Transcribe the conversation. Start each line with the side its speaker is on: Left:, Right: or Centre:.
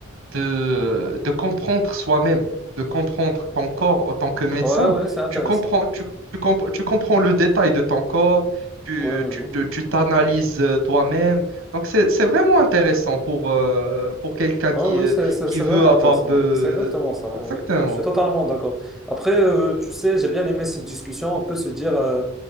Right: de, de comprendre soi-même, de comprendre ton corps en tant que médecin.
Centre: Ouais, ouais, c'est intéressant.
Right: Tu comprends, tu, tu comp- tu comprends le détail de ton corps, tu,
Centre: Ouais, oui,
Right: tu,
Centre: oui.
Right: te- tu t'analyses euh, toi-même. Donc, c'est, c'est vraiment intéressant pour, euh, pour quelqu'un qui,
Centre: Oh oui,
Right: euh,
Centre: c'est c'est-
Right: qui
Centre: c'est
Right: veut
Centre: vraiment
Right: avoir
Centre: intéressant.
Right: de...
Centre: C'est exactement ça.
Right: Exactement.
Centre: Oui, je suis totalement d'accord. Après, euh, tu sais, j'ai bien aimé cette discussion. On peut se dire euh,